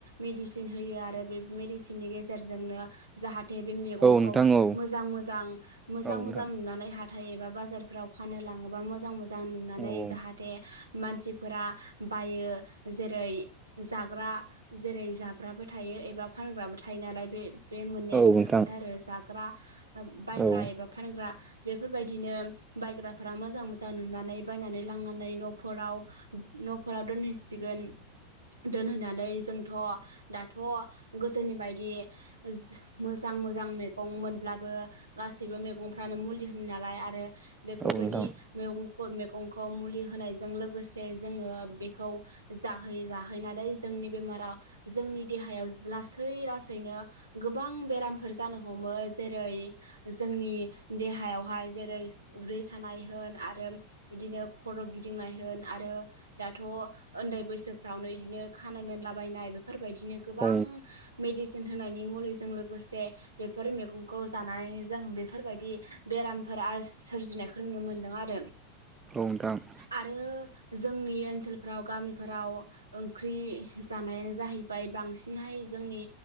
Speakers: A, on the right; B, on the right.
A: मेडिसिन होयो आरो बे मेडिसिननि गेजेरजोंनो जाहाथे बे मैगंखौ
B: औ नोंथां औ नोंथां औ
A: मोजां मोजां मोजां
B: औ नोंथां
A: मोजां नुनानै हाथाय एबा बाजारफोराव फानो लाङोबा मोजां मोजां नुनानै
B: औ औ
A: जाहाथे जाहाथे मानसिफोरा बायो जेरै जाग्रा जेरै जाग्राबो थायो एबा फानग्राबो थायो फ थायो नालाय बे बे मोननायाथ'
B: औ नोंथां
A: थाखादों आरो जाग्रा बायग्रा
B: औ
A: एबा फानग्रा बेफोरबायदिनो बायग्राफोरा मोजां मोजां नुनानै बायनानै लांनानै न'फोरराव न'फोराव दोनहैसिगोन दोनहैनानै जोंथ' दाथ' गोदोनि बायदि दि मोजां मोजां मे गं मोनब्लाबो गासैबो मैगंफ्रानो मुलि होनो नालाय आरो बेफोरबायदि
B: औ नोंथां
A: मैगंफोर मैगंखौ मुलि होनायजों लोगोसे जोङो बेखौ जाहै जाहैनानै जोंनि बेमाराव जोंनि देहायाव लासै लासै थैनो गोबां बेरामफोर जानो हमो जेरै जोंनि देहायावहाय जेरै उदै सानाय होन आरो बिदिनो खर' गिदिंनाय होन आरो दाथ' उन्दै बैसोफ्रावनो इदिनो खानाय मोनलाबायनाय बे फोरबायायदिनो गोबां
B: औ
A: मेदि न होनायनि मुलिजों लोगोसे बेफोर मैगंखौ जानानै जों बेफोरबायदि बेरामफोर सोरजिनायखौ नुनो मोनदों आरो
B: रंदां <unintelligible>
A: आरो जोंनि ओनसोलफ्राव गामिफोराव ओंख्रि जानायानो जाहैबाय बांसिनहाय जोंनि